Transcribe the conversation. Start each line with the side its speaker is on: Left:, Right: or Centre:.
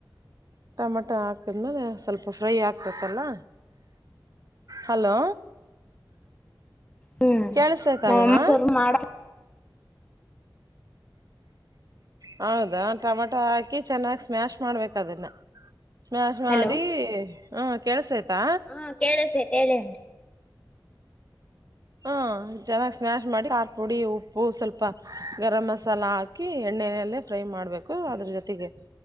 Right: ಟಮಾಟ ಹಾಕಿದ್ಮೇಲೆ ಸ್ವಲ್ಪ ಫ್ರೈ ಆಗ್ತತ್ತಲ್ಲ ಹಲೋ
Left: ಹ್ಮ್
Right: ಕೇಸಯ್ತ
Left: ನಮ್ಮಮ್ಮ
Right: ವಿಣ್ಣ
Left: ಕುರ್ಮ ಮಾಡ
Right: ಹೌದಾ ಟೊಮಾಟೊ ಹಾಕಿ ಚೆನ್ನಾಗ್ ಸ್ಮ್ಯಾಶ್ ಮಾಡ್ಬೇಕ ಅದನ್ನ ಸ್ಮಾಶ್ ಮಾಡಿ
Left: ಹಲೋ
Right: ಹ ಕೆಳ್ಸ ಆಯ್ತಾ
Left: ಓ ಕೇಳಿಸದೆ ಹೇಳಿ ಆಂಟಿ
Right: ಹಾ ಚೆನ್ನಾಗಿ್ ಸ್ಮ್ಯಾಶ್ ಮಾಡಿ ಖಾರ ಪುಡಿ ಉಪ್ಪು ಸ್ವಲ್ಪ ಗರಂ ಮಸಾಲ ಹಾಕಿ ಎಣ್ಣೆಲ್ಲ ಫ್ರೈ ಮಾಡ್ಬೇಕು ಅದ್ರ ಜೊತೆಗೆ